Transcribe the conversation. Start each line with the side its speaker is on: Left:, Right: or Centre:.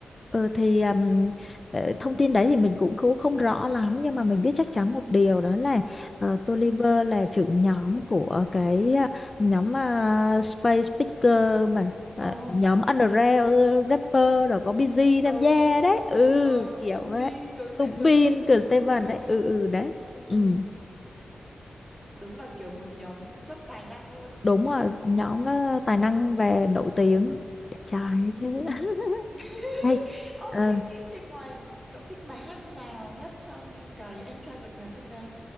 Left: Ừ thì um, ờ, thông tin đấy thì mình cũng không, không rõ lắm nhưng mà mình biết chắc chắn
Right: Ừ.
Left: một điều đó là uh, Tolliver là trưởng nhóm của cái ờ, nhóm ờ, Space Picker mà ờ,
Right: Ồ,
Left: nhóm underground rapper rồi có Busy tham
Right: có
Left: gia
Right: S-
Left: đấy ừ
Right: ờ, có
Left: kiểu
Right: Subin,
Left: đấy
Right: Cường
Left: Subin,
Right: Sệ Vân các thứ.
Left: Seven
Right: Ừ.
Left: đấy ừ ừ đấy
Right: Ừ, ừ,
Left: ừ
Right: ừ. Đúng là kiểu một nhóm rất tài năng luôn ý.
Left: đúng rồi nhóm đó tài năng và nổi tiếng đẹp trai ấy
Right: Ừ.
Left: chứ <laughs>
Right: <laughs>
Left: Ê,
Right: Ơ
Left: ờ,
Right: thế thế ngoài cậu thích bài hát nào nhất trong cái anh trai vượt ngàn chông gai?